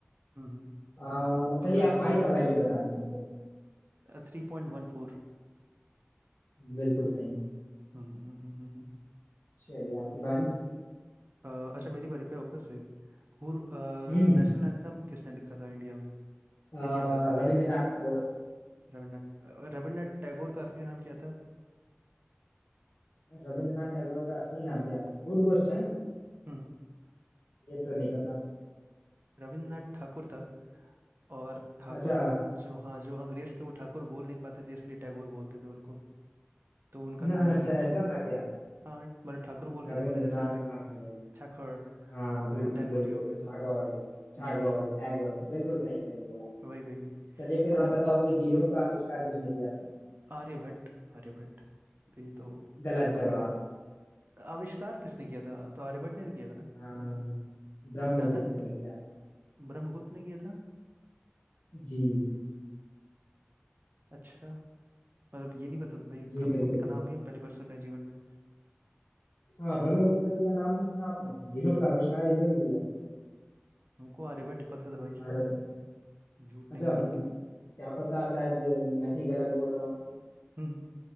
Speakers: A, on the right; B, on the left.
A: हम्म
B: अह,
A: अब
B: चलिए
A: लग रहा
B: आप
A: अब
B: पाई
A: लग रहा
B: का
A: है गलती
B: वैल्यू
A: का
B: बता दीजिए तो
A: Three point one four
B: बिल्कुल सही
A: हम्म हम्म, हम्म, हम्म, हम्म।
B: चलिए आपकी बारी
A: अ, अच्छा मेरी बारी फिर वापस से हुर
B: हम्म
A: नेशनल एंथम किसने लिखा था इंडिया में
B: अह,
A: इंडिया का सॉरी
B: रविंद्रनाथ टैगोर
A: रविन्द्रनाथ अ, रविन्द्रनाथ टैगोर का असली नाम क्या था
B: रविंद्रनाथ टैगोर का असली नाम क्या था गुड क्वेश्चन
A: हम्म
B: ये तो नहीं पता
A: रविन्द्रनाथ ठाकुर था और ठाकुर
B: अच्छा
A: जो हाँ जो अंग्रेज थे वो ठाकुर बोल नहीं पाते थे इसलिए टैगोर बोलते थे उनको तो उनका
B: <laughs>
A: नाम ही
B: अच्छा
A: है
B: ऐसा था क्या
A: हाँ मतलब ठाकुर बोल के
B: रविंद्रनाथ
A: देखो ना जैसे अंग्रेज
B: ठाकुर
A: ठाकुर
B: हाँ
A: तो फिर
B: बिल्कुल
A: वो टैगोर
B: बिल्कुल
A: ही हो गया था
B: ठाकुर
A: हम्म
B: ठाकुर
A: हम्म, हम्म, हम्म।
B: टैगोर बिल्कुल सही सही बोला आपने
A: वही वही वही
B: चलिए फिर
A: मतलब
B: आप बताओगे जीरो का आविष्कार किसने किया था
A: आर्यभट्ट आर्यभट्ट ये तो
B: गलत
A: काफी
B: जवाब
A: आविष्कार किसने किया था तो आर्यभट्ट ने तो किया था ना
B: हाँ ब्रह्मगुप्त
A: चाणक्य
B: ने किया था
A: ब्रह्मगुप्त ने किया था
B: जी
A: अच्छा मतलब ये नहीं पता था भाई
B: जी
A: ब्रह्मगुप्त
B: बिल्कुल
A: का नाम ही हम पहली बार सुन रहे हैं जीवन में
B: हाँ ब्रह्मगुप्त जी का नाम नहीं सुना आपने जिन्हों का आविष्कार इन्होंने किया था
A: हमको आर्यभट्ट पता था भाई
B: भारत में
A: झूठ
B: अच्छा
A: नहीं बोलेंगे
B: म, क्या पता शायद मैं ही गलत बोल रहा हूँ
A: हम्म